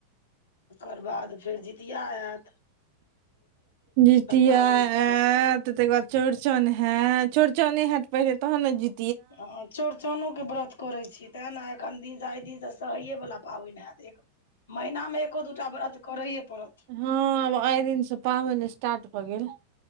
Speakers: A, on the left; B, on the right.
A: ओकर बाद फेर जितिया ऐत।
B: जितिया
A: पाबनि सब
B: ऐत
A: रहत
B: तै के बाद चौड़चन है, चौड़चने हैत पहिले तहन नै जी
A: आर। चौड़चनो के व्रत करै छी तेँ नै एखन दिन से आइ दिनसे सहईयै वला पाबन हैत, एक म महिनामे एको दूटा व्रत करेईयै पड़त।
B: हां आब आय दिन से पाबैन स्टार्ट भऽ गेल।